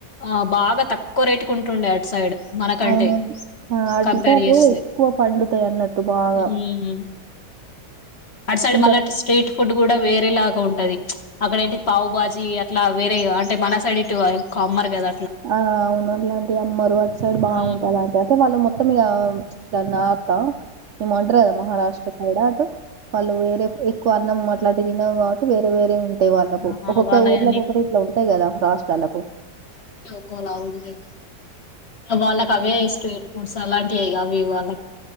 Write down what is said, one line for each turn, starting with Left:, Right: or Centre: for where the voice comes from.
Left: ఆ బాగా తక్కువ రేటుకు ఉంటుండే అటు సైడ్ మనకంటే
Right: అవును. ఆ ఆంటే
Left: కంపేర్
Right: అటు
Left: చేస్తే
Right: ఎక్కువ పండుతాయి అన్నట్టు బాగా
Left: ఉమ్. అటు సైడ్
Right: ఇంకా
Left: మళ్ళ స్ట్రీట్ ఫుడ్ కూడా వేరే లాగా ఉంటది అక్కడ ఏంటి పావు బాజీ అట్లా వేరే అంటే మన సైడ్ ఇటు అమ్మరు కద
Right: ఆ అవును అట్లాంటివి అమ్మరు అటు సైడ్ బాగుంటాయి
Left: ఆ
Right: అలాంటివి అయితే వాళ్ళు మొత్తం మొత్తం ఇక ఇట్లా నార్త ఏమో అంటరు గదా మహారాష్ట్ర సైడ్ అటు వాళ్ళు వేరే ఎక్కువ అన్నం అట్లాంటివి తినరు కాబట్టి వేరే వేరే ఉంటయి అే వాళ్ళకు
Left: ఆ
Right: ఒక్కొక్క
Left: వాళ్ళయన్ని
Right: ఊర్లో ఒొకొక్క ఇట్లా ఉంటాయి కదా రాష్ట్రాలకు
Left: ఒకోలా ఉంటాయి వాళ్ళకి
Right: హ్మ్.
Left: అవే స్ట్రీట్ ఫడ్స్ అలాంటివి అవి వాళ్ళకి